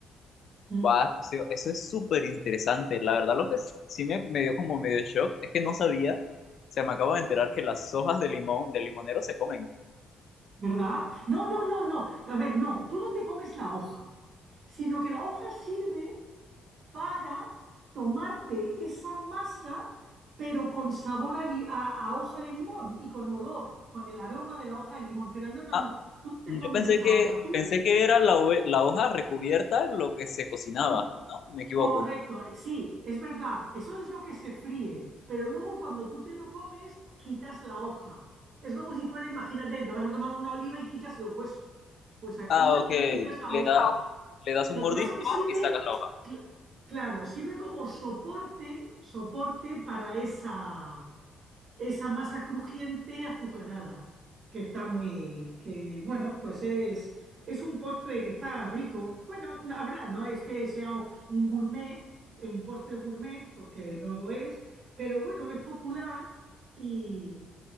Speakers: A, on the right (about 45°); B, on the left (about 60°).
A: Mm,
B: Va, Rocío, eso es súper interesante. La verdad, lo que sí me, me dio como medio shock es que no sabía, o sea, me acabo de enterar que las hojas de limón, del limonero se comen.
A: ¿verdad? No, no, no, no. A ver, no, tú no te comes la hoja, sino que la hoja sirve para tomarte esa masa, pero con sabor a, li- a- a hoja de limón y con olor, con el aroma de la hoja de limón. Pero no, no,
B: Ah,
A: no, tú no te
B: yo
A: comes
B: pensé
A: esa
B: que,
A: hoja, tú.
B: pensé que era la, hoe- la hoja recubierta lo que se cocinaba,
A: Sí.
B: ¿no? Me equivoco.
A: Correcto, eh, sí, es verdad, eso es lo que se fríe, pero luego cuando tú te lo comes, quitas la hoja. Es como si fuera, imagínate, te vas a tomar una oliva y quitas el hueso. Pues aquí
B: Ah, ok.
A: quitas la
B: Le
A: hoja.
B: da, le das un
A: Lo
B: mordisco
A: que pasa es que sirve,
B: y sacas la hoja.
A: cl- claro, sirve como soporte, soporte para esa, esa masa crujiente azucarada, que está muy, que bueno, pues es, es un postre que está rico. Bueno, la verdad, no es que sea un gourmet, eh, un postre gourmet, porque no lo es, pero bueno, es popular y,